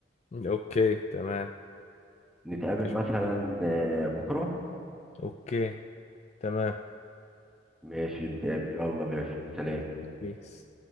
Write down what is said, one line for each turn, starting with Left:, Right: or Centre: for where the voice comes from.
Left: اوكي تمام
Centre: نتقابل
Left: مفيش
Centre: مثلا
Left: مشكله
Centre: آه، بكرة
Left: اوكي تمام
Centre: ماشي نتقابل يلا ماشي سلام
Left: بيس